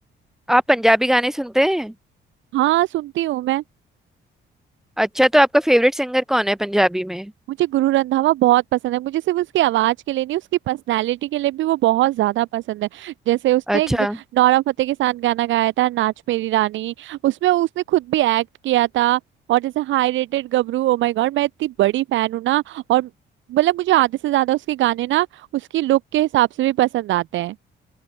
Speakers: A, in the centre; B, on the right.
A: आप पंजाबी गाने सुनते हैं
B: हाँ सुनती हूँ मैं
A: अच्छा तो आपका फेवरेट सिंगर कौन है पंजाबी में
B: मुझे गुरु रंधावा बहुत पसंद है मुझे सिर्फ उसकी आवाज के लिए नहीं उसकी पर्सनालिटी के लिए भी वो बहुत ज्यादा पसंद है जैसे उसने
A: अच्छा
B: एक नोरा फतेही के साथ गाना गाया था नाच मेरी रानी उसमें उसने खुद भी एक्ट किया था और जैसे high rated Gabru oh my god मैं इतनी बड़ी फैन हूँ ना और मतलब मुझे आधे से ज्यादा उसके गाने ना उसकी लुक के हिसाब से भी पसंद आते हैं